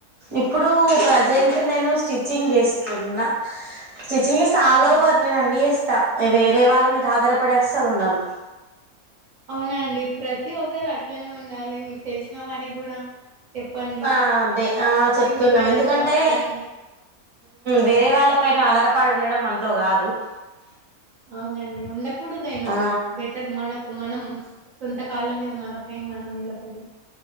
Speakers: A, on the right; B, on the right.
A: ఇప్పుడు ప్ర సెంట్ నేను స్టిచింగ్ చేస్తున్నా ఆల్
B: ఆ!
A: ఓవర్ నేను అన్ని చేస్తా వేరే వాళ్ళ మీద ఆధారపడే అస్సలు ఉండను
B: అవునండి ప్రతి ఒక్క సారు అట్లానే ఉండాలి మీకు తెలిసిన వారికి కూడా చెప్పండి
A: ఆ అదే ఆ చెప్తున్నాం
B: ఇండిపెండెంట్
A: ఎందుకంటే
B: గా ఉండండి
A: వేరే
B: హ్మ్.
A: వాళ్ళ పైన ఆధారప పడి ఉండడం మనతో కాదు
B: అవునండి ఉండకూడదైనా
A: ఆ
B: బెటర్ మనకు మనం సొంత కాళ్ళ మీద మనపై మనం నిలబడి